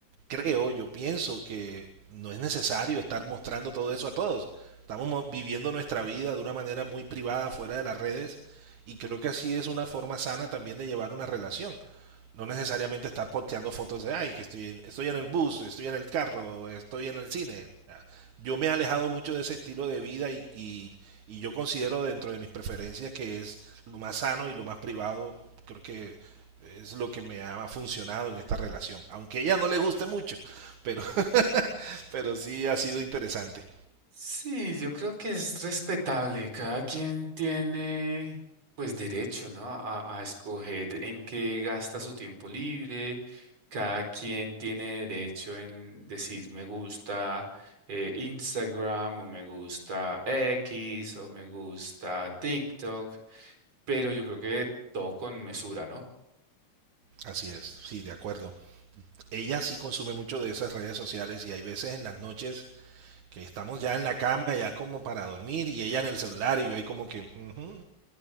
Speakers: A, on the right; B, on the right.
A: creo, yo pienso que no es necesario estar mostrando todo eso a todos. Estamos viviendo nuestra vida de una manera muy privada fuera de las redes y creo que así es una forma sana también de llevar una relación. No necesariamente estar posteando fotos de, ay, que estoy en, estoy en el bus, estoy en el carro, estoy en el cine. Yo me he alejado mucho de ese estilo de vida y, y, y yo considero dentro de mis preferencias que es lo más sano y lo más privado. Creo que es lo que me ha funcionado en esta relación. Aunque a ella no le guste mucho, pero, <laughs> pero sí ha sido interesante.
B: Sí, yo creo que es respetable. Cada quien tiene, pues, derecho, ¿no? A, a escoger en qué gasta su tiempo libre. Cada quien tiene derecho en decir me gusta eh, Instagram o me gusta X o me gusta TikTok, pero yo creo que todo con mesura, ¿no?
A: Así es, sí, de acuerdo. Ella sí consume mucho de esas redes sociales y hay veces en las noches que estamos ya en la cama, ya como para dormir, y ella en el celular, y yo ahí como que, "Ujú,